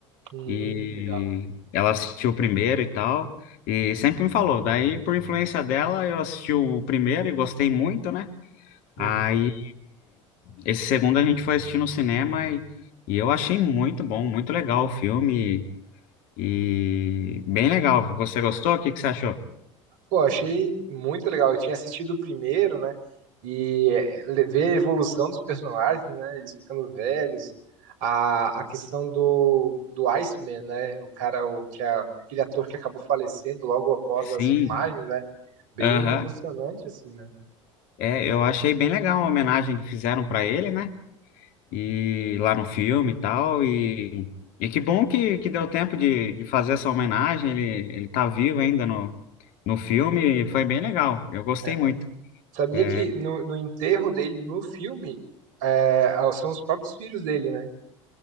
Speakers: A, on the right; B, on the left.
A: Hum,
B: E
A: legal.
B: ela assistiu o primeiro e tal, e sempre me falou. Daí, por influência dela, eu assisti o primeiro e gostei muito, né? Aí,
A: Uhum.
B: esse segundo a gente foi assistir no cinema e, e eu achei muito bom, muito legal o filme e bem legal. Você gostou? O que que você achou?
A: Pô, achei muito legal. Eu tinha assistido o primeiro, né? E é, le- ver a evolução dos personagens, né? Eles ficando velhos. A, a questão do, do Iceman, né? O cara, o, que a, aquele ator que acabou falecendo logo após as
B: Sim,
A: filmagens, né? Bem
B: aham.
A: emocionante, assim, né?
B: É, eu achei bem legal a homenagem que fizeram para ele, né? E lá no filme e tal. E, e que bom que, que deu tempo de, de fazer essa homenagem. Ele, ele tá vivo ainda no, no filme e foi bem legal. Eu gostei
A: É.
B: muito.
A: Sabia
B: É.
A: que no, no enterro dele, no filme, é, são os próprios filhos dele, né?